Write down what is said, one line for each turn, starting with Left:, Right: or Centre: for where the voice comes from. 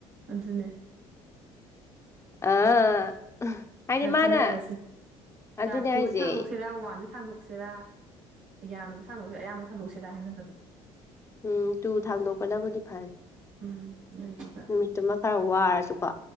Right: ꯑꯗꯨꯅꯦ
Left: ꯑꯥ ꯍꯥꯏꯗꯤ
Right: ꯅ
Left: ꯃꯥꯅ
Right: ꯈꯟꯅꯔꯁꯤ
Left: ꯑꯗꯨꯅꯦ
Right: ꯇꯥ ꯇꯨꯁ
Left: ꯍꯥꯏꯁꯦ
Right: ꯊꯥꯡꯗꯣꯛꯁꯤꯔ ꯋꯥꯟꯁ ꯊꯥꯡꯗꯣꯛꯁꯤꯔꯥ ꯌꯥꯝꯗꯕ ꯁꯥꯡꯗꯣꯛꯁꯤꯔꯥ ꯑꯌꯥꯝꯕ ꯁꯥꯡꯗꯣꯛꯁꯤꯔꯥ ꯍꯥꯏꯅꯕꯗꯣ
Left: ꯎꯝ ꯇꯨ ꯊꯥꯡꯗꯣꯛꯄꯅꯕꯨꯗꯤ ꯐꯔ
Right: ꯎꯝ ꯑꯗꯨꯗꯨꯒ
Left: ꯅꯨꯃꯤꯠꯇꯨꯃ ꯈꯔ ꯋꯥꯔꯁꯨꯀꯣ